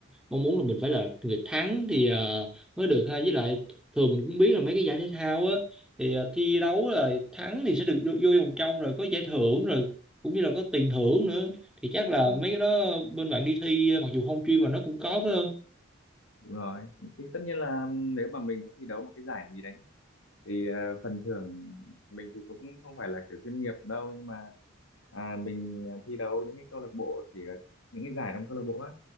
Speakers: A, in the centre; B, on the left.
A: mong muốn là mình phải là người thắng thì ờ, mới được ha. Với lại thường mình cũng biết là mấy cái giải thể thao á thì ờ, thi đấu là thắng thì sẽ được vô, vô vòng trong rồi có giải thưởng rồi cũng như là có tiền thưởng nữa. Thì chắc là
B: ừ.
A: mấy cái đó bên bạn đi thi mặc dù không chuyên mà nó cũng có phải không?
B: đúng rồi thì tất nhiên là nếu mà mình đã thi đấu một cái giải gì đấy thì ờ, phần thưởng mình thì cũng không phải là kiểu chuyên nghiệp đâu nhưng mà à, mình thi đấu những cái câu lạc bộ chỉ là những cái giải trong câu lạc bộ á